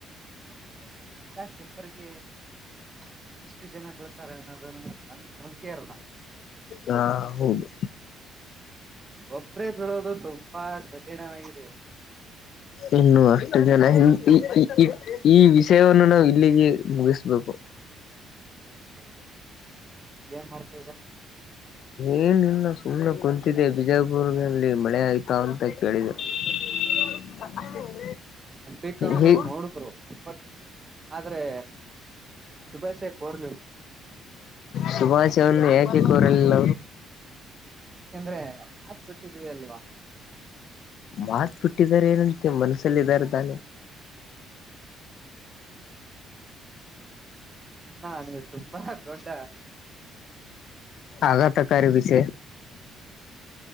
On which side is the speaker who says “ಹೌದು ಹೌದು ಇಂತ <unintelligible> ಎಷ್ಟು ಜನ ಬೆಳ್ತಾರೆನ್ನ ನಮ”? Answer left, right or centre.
Right